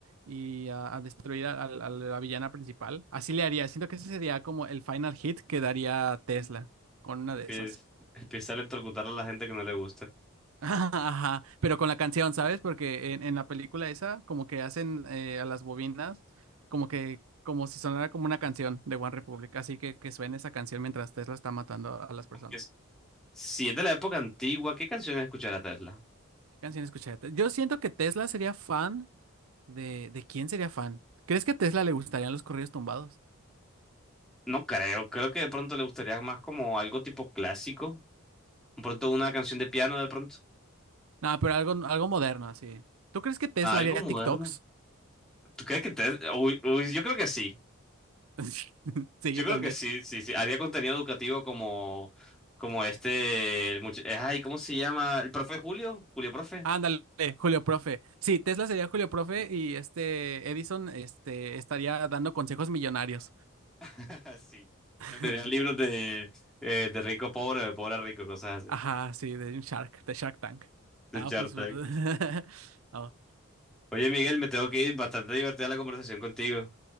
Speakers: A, on the right (about 80°); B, in the centre.
A: y a, a destruir a, a- a la villana principal. Así le haría, siento que ese sería como el final hit que daría Tesla con una
B: Empieza,
A: de esas.
B: empieza a electrocutar a la gente que no le gusta.
A: <laughs> Ajá, ajá, pero con la canción, ¿sabes? Porque en, en la película esa, como que hacen eh, a las bobinas, como que, como si sonara como una canción de One Republic, así que que suene esa canción mientras Tesla está matando a las personas.
B: Aunque es- si es de la época antigua, ¿qué canciones escuchará Tesla?
A: ¿Qué canción escuché? Yo siento que Tesla sería fan de, ¿de quién sería fan? ¿Crees que a Tesla le gustarían los corridos tumbados?
B: No creo, creo que de pronto le gustaría más como algo tipo clásico, de pronto una canción de piano de pronto,
A: No, pero algo, algo moderno, así. ¿Tú crees que Tesla
B: Ah, algo
A: haría
B: moderno.
A: TikToks?
B: ¿Tú crees que Tesla? Uy, uy, yo creo que sí,
A: <laughs> Sí,
B: yo
A: yo
B: creo
A: también.
B: que sí, sí, sí, haría contenido educativo como, como este, el much- eh, ay, ¿cómo se llama? ¿El profe Julio? Julio Profe.
A: Ándale, Julio Profe. Sí, Tesla sería Julio Profe y este Edison este, estaría dando consejos millonarios.
B: <laughs> Sí,
A: <laughs>
B: vendería libros de, eh, de rico a pobre, de pobre a rico, cosas así.
A: Ajá, sí, de un Shark, de Shark Tank.
B: De
A: Ah,
B: Shark
A: pues.
B: Tank.
A: <laughs> Oh.
B: Oye, Miguel, me tengo que ir, bastante divertida la conversación contigo.